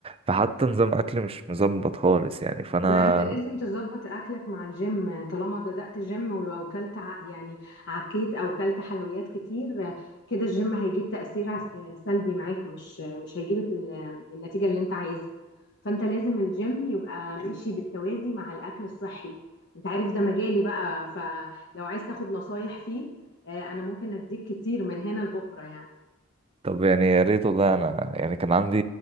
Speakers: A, on the right; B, on the left.
A: فحتى نظام اكل مش مظبط خالص يعني فانا
B: لا انت لازم تظبط اكلك مع الجيم طالما بدأت جيم ولو كلت ع- يعني عكيت او كلت حلويات كتير آه، كده الجيم هيجيب تأثير آه، سلبي معاك مش مش هيجيب ال- النتيجه اللي انت عايزها فانت لازم الجيم يبقى ماشي بالتوازي مع الاكل الصحي انت عارف ده مجالي بقى فلو عايز تاخد نصايح فيه آه، انا ممكن اديك كتير من هنا لبكره يعني
A: طب يعني يا ريت والله انا يعني كان عندي